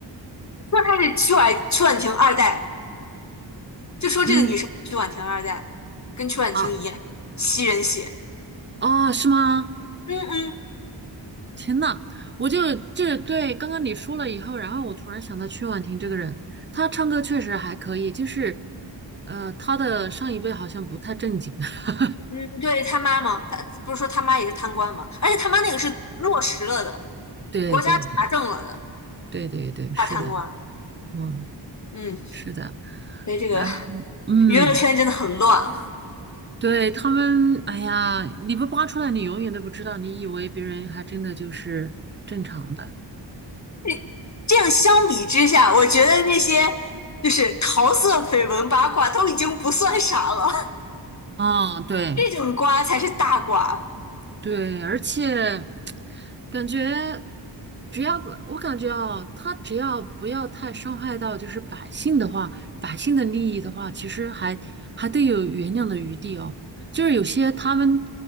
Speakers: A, on the left; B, on the right.
A: 说他是曲婉曲婉婷二代，就说这个女生是曲婉婷二代，
B: 嗯，
A: 跟曲婉婷一样吸人血。
B: 啊，哦，是吗？
A: 嗯嗯，
B: 天呐，我就就对刚刚你说了以后，然后我突然想到曲婉婷这个人，她唱歌确实还可以，就是呃，她的上一辈好像不太正经。<laughs>
A: 嗯对他妈嘛，他不是说他妈也是贪官嘛，而且他妈那个是落实了的，
B: 对对对
A: 国家查证了的。
B: 对对对，是的，
A: 大贪官，
B: 嗯，
A: 嗯，
B: 是的。
A: 所以这个
B: 然后嗯，
A: 娱乐圈真的很乱啊。
B: 对他们，哎呀，你不扒出来，你永远都不知道，你以为别人还真的就是正常的。
A: 这这样相比之下，我觉得那些就是桃色绯闻八卦都已经不算啥了，
B: 嗯，对，
A: 这种瓜才是大瓜。
B: 对，而且感觉只要不，我感觉哦，他只要不要太伤害到就是百姓的话，百姓的利益的话，其实还还得有原谅的余地哦。就是有些他们